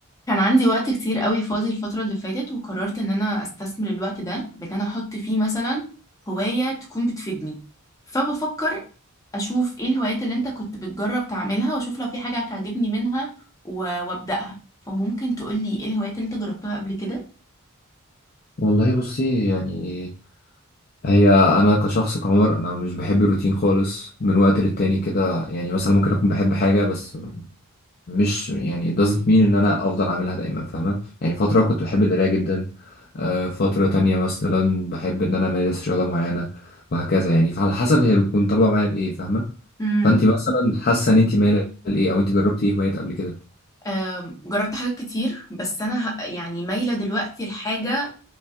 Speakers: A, on the left; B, on the left.
A: كان عندي وقت كتير قوي فاضي الفترة اللي فاتت وقررت ان انا استثمر الوقت ده بان انا احط فيه مثلا هواية تكون بتفيدني فبفكر اشوف ايه الهوايات اللي انت كنت بتجرب تعملها واشوف لو في حاجة هتعجبني منها و- وابدأها فممكن تقولي ايه الهوايات اللي انت جربتها قبل كده
B: والله بصي يعني هي انا كشخص كعمر انا مش بحب الروتين خالص من وقت للتاني كده يعني مثلا ممكن اكون بحب حاجه بس مش يعني it doesn't mean ان انا افضل اعملها دايما فاهمه يعني فتره كنت بحب القرايه جدا آه، فتره تانية مثلا بحب ان انا امارس رياضه معينه وهكذا يعني فعلى حسب هي بتكون طالبه معايا بايه فاهمه
A: امم
B: فانت مثلا حاسه ان انت مايله لايه او انت جربتي ايه هوايات قبل كده
A: آم، جربت حاجات كتير بس انا ه- يعني مايلة دلوقتي لحاجة